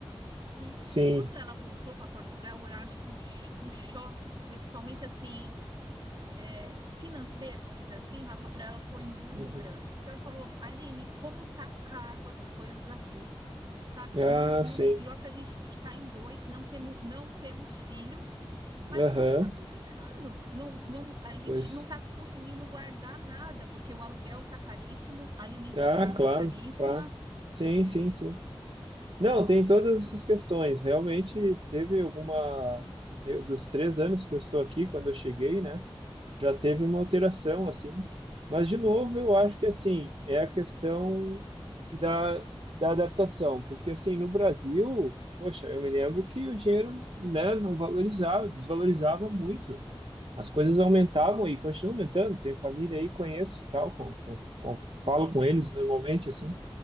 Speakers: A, on the right; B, on the right.
A: E
B: sim.
A: quando ela voltou para Portugal, eu acho que o, ch- o choque, principalmente assim, é, financeiro, vamos dizer assim, Rafa, para ela foi muito
B: Uhum.
A: grande. Porque ela falou, Aline, como tá caro as coisas aqui, sabe?
B: Ah,
A: Não, não,
B: sim.
A: e ó que a gente está em dois, não temos, não temos filhos, mas
B: Aham,
A: não está compensando. Não, não, a gente
B: pois.
A: não está conseguindo guardar nada, porque o aluguel tá caríssimo, a alimentação
B: Ah, claro,
A: tá caríssima.
B: claro. Sim, sim, sim. Não, tem todas essas questões. Realmente teve alguma. eu- dos três anos que eu estou aqui, quando eu cheguei, né? já teve uma alteração assim, mas de novo eu acho que assim é a questão da, da adaptação, porque assim no Brasil, poxa, eu me lembro que o dinheiro, né, não valorizava, desvalorizava muito. As coisas aumentavam e continuam aumentando. Tem família aí, conheço, e tal, com, com, com- falo
A: Sim.
B: com eles normalmente assim.